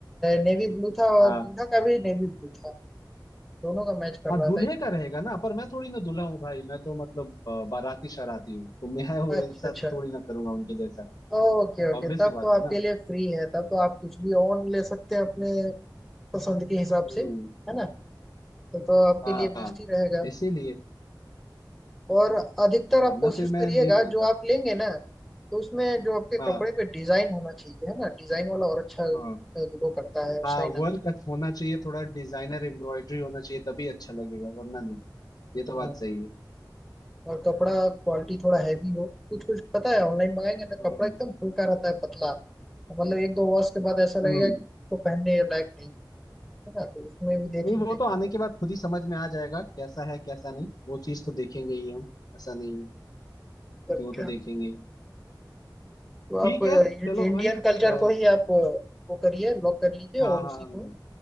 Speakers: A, in the centre; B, on the left.
A: नेवी ब्लू था और
B: हाँ
A: दूल्हा का भी नेवी ब्लू था दोनों का मैच कर
B: हाँ
A: रहा
B: दूल्हे
A: था इस
B: का
A: तरह
B: रहेगा ना पर मैं थोड़ी ना दूल्हा हूँ भाई मैं तो मतलब अ, बाराती शराती हूँ तो मैं <laughs>
A: से
B: वैसा
A: अच्छा अच्छा
B: थोड़ी ना करूंगा उनके जैसा
A: ओके ओके
B: ऑब्वियस
A: तब
B: सी बात
A: तो आपके
B: है ना
A: लिए फ्री है तब तो आप कुछ भी ऑन ले सकते हैं अपने पसंद के हिसाब
B: हम्म
A: से है ना तो, तो आपके
B: हाँ
A: लिए
B: हाँ
A: बेस्ट ही रहेगा
B: इसीलिए
A: और अधिकतर आप
B: वरना
A: कोशिश
B: फिर मैं
A: करिएगा
B: नहीं बोलता
A: जो आप लेंगे ना तो उसमें जो आपके
B: हाँ
A: कपड़े पे डिजाइन होना चाहिए है ना डिजाइन वाला और अच्छा
B: हाँ
A: ग्लो करता है
B: हाँ
A: शाइन आता
B: वर्क होना चाहिए थोड़ा डिजाइनर एम्ब्रॉयडरी होना चाहिए तभी अच्छा लगेगा वरना नहीं ये तो बात
A: है
B: सही है
A: और कपड़ा क्वालिटी थोड़ा हैवी हो कुछ कुछ पता है ऑनलाइन मंगाएंगे ना
B: हम्म
A: कपड़ा एकदम हल्का रहता है पतला और मतलब एक दो वॉश के बाद ऐसा लगेगा
B: हम्म
A: कि इसको पहनने लायक नहीं है ना तो उसमें भी देख
B: नहीं
A: लीजिएगा
B: वो तो आने
A: थोड़ा
B: के बाद खुद ही समझ में आ जाएगा कैसा है कैसा नहीं वो चीज तो देखेंगे ही हम ऐसा नहीं है
A: तो
B: कि वो
A: क्या
B: तो देखेंगे ही
A: तो
B: ठीक
A: आप अ,
B: है चलो
A: इंडियन
B: भाई
A: कल्चर
B: आ,
A: को ही आप अ, वो करिए लॉक कर लीजिए
B: हाँ
A: और
B: हाँ
A: उसी
B: हाँ
A: को